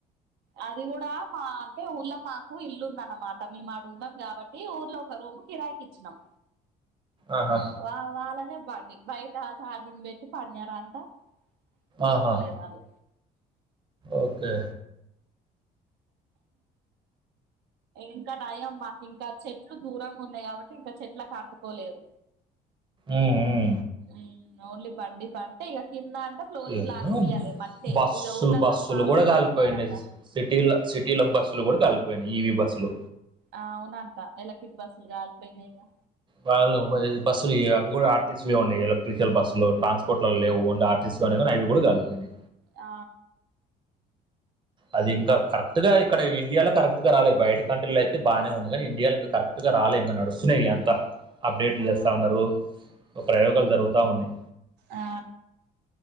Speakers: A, on the right; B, on the right.
A: అది కూడా మా అంటే ఊళ్ళ మాకు ఇల్లుందన్నమాట మేము ఆడ ఉండము కాబట్టి ఈ ఊర్లో ఒక రూమ్ కిరాయికి ఇచ్చినాం
B: ఆహా
A: వా వాళ్ళనే పండి బయట చార్జని పెట్టి పడినారంట చూసుకోలేదు
B: ఆహా
A: వాళ్ళు
B: ఓకే
A: ఇంకా నయం మాకు ఇంకా చెట్లు దూరంగా ఉన్నాయి కాబట్టి ఇంకా చెట్లకు అంటుకోలేదు
B: ఉ ఉ
A: ఉ ఓన్లీ బండికంటే ఇక కింద అంటే ఫ్లోరింగ్
B: ఏమో,
A: లాగిపియాలే మట్టే
B: బస్సులు
A: ఇగా ఊరులలా
B: బస్సులు
A: సాపిగా
B: కూడా కాలిపోయినాయి
A: అల్లుకుంటారు గా
B: సిటీల సిటీల బస్సులు కూడా కలిపోయినాయి ఈవి బస్సులు
A: ఆ అవునంట ఎలక్ట్రిక్ బస్సులు కాలిపోయినాయిగా,
B: వాళ్ళు బస్సులు అవి కూడా ఆర్ టీ సి వి ఉయి ఎలక్ట్రికల్ బస్సులు ట్రాన్స్పోర్ట్ లో లేవుం ఆర్టీస్నీ అవి కూడా కలిపోయి
A: ఆ
B: అది ఇంకా
A: అ
B: కరెక్ట్ ముందుగా ఇక్కడ ఇండియాలో కరెక్ట్ గా రాలే బయట కంట్రీలో అయితే బానే ఉంది కానీ ఇండియాల ఇంకా కరెక్ట్ గా రాలే ఇంగ నడుస్తు స్నేయి అంత అప్డేట్లు
A: ఆ
B: చేస్తా ఉన్నారూ ప్రయోగాలు జరుగుతా ఉన్నాయి.
A: ఆ